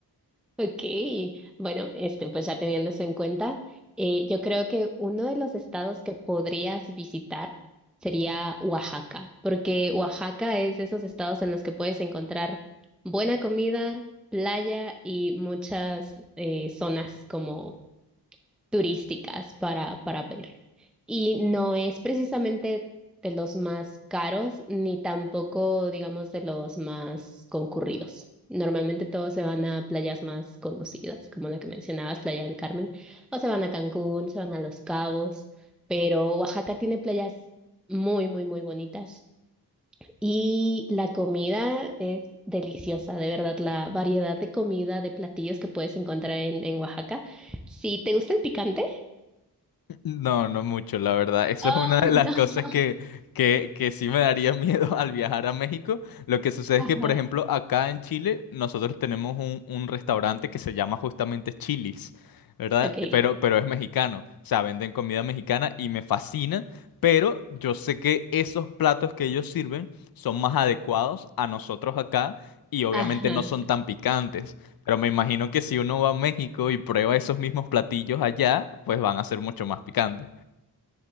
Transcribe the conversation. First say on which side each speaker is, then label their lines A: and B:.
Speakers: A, in the centre; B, on the left (about 60°).
A: Ok, bueno, este, pues ya teniendo eso en cuenta, eh, yo creo que uno de los estados que podrías visitar sería Oaxaca, porque Oaxaca es de esos estados en los que puedes encontrar buena comida, playa y muchas eh, zonas como turísticas para, para ver. Y no es precisamente de los más caros, ni tampoco, digamos, de los más concurridos. Normalmente todos se van a playas más conocidas, como la que mencionabas, Playa del Carmen, o se van a Cancún, se van a Los Cabos, pero Oaxaca tiene playas muy, muy, muy bonitas. Y la comida es deliciosa, de verdad, la variedad de comida, de platillos que puedes encontrar en, en Oaxaca. Si te gusta el picante,
B: No, no mucho, la verdad. Eso
A: Ah,
B: es una de las
A: no.
B: cosas
A: <laughs>
B: que, que, que sí me daría <laughs> miedo al viajar a México. Lo que sucede
A: Ajá.
B: es que, por ejemplo, acá en Chile nosotros tenemos un, un restaurante que se llama justamente Chili's, ¿verdad?
A: Ok.
B: Pero, pero es mexicano. O sea, venden comida mexicana y me fascina, pero yo sé que esos platos que ellos sirven son más adecuados a nosotros acá y obviamente
A: Ajá.
B: no son tan picantes. Pero me imagino que si uno va a México y prueba esos mismos platillos allá, pues van a ser mucho más picantes.